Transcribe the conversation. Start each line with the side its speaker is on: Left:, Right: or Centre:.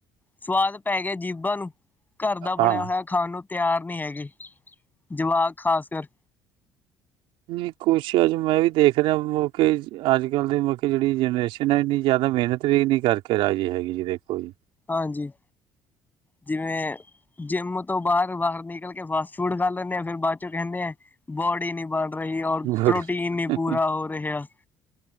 Left: ਸਵਾਦ ਪੈ ਗਿਆ ਜੀਬਾ ਨੂੰ- ਘਰ ਦਾ ਬਣਿਆ
Right: ਹਾਂ
Left: ਹੋਇਆ ਖਾਣ ਨੂੰ ਤਿਆਰ ਨਹੀ ਹੈਗੇ ਜਵਾਕ ਖਾਸ ਕਰ-
Right: ਨਹੀ ਕੁਛ ਅਜ ਮੈ ਵੀ ਦੇਖ ਰਿਹਾ ਮੋਕੇ ਅਜ ਕਲ ਦੇ ਮੋਕੇ ਜਿਹੜੀ ਜਨਰੇਸ਼ਨ- ਨਾ ਇਨੀ ਜਿਆਦਾ ਮਿਹਨਤ ਵੀ ਨੀ ਕਰਕੇ ਰਾਜੀ ਹੈਗੀ ਜੀ ਦੇਖੋ ਜੀ-
Left: ਹਾਂਜੀ- ਜਿਵੇ- ਜਿੰਮ ਤੋਂ ਬਾਹਰ- ਬਾਹਰ ਨਿਕਲ ਕੇ ਫਾਸਟ ਫੂਡ ਖਾ ਲੈਂਦੇ ਆ ਫਿਰ ਬਾਅਦ ਚੋਂ ਕਹਿੰਦੇ ਆ ਬੋਡੀ ਨੀ ਬਰ- ਰਹੀ ਔਰ
Right: ਬੜੀ
Left: ਪ੍ਰੋਟੀਨ ਨੀ ਪੂਰਾ ਹੋ ਰਿਹਾ